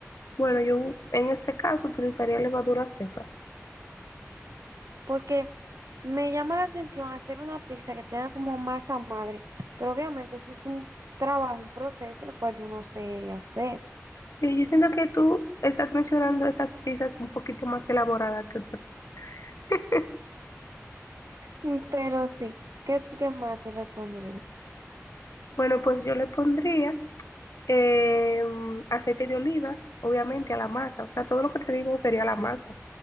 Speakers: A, on the left; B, on the right.
A: Bueno, yo en este caso utilizaría levadura seca.
B: Porque me llama la atención hacer una pizza que tenga como masa madre, pero obviamente eso es un trabajo, un proceso, el cual yo no sé hacer,
A: Sí, yo siento que tú estás mencionando esas pizzas un poquito más elaboradas que otra cosa. <laughs>
B: Mm, pero sí, ¿qué, qué más tú le pondrías?
A: Bueno, pues yo le pondría eh, aceite de oliva, obviamente, a la masa. O sea, todo lo que te digo sería la masa.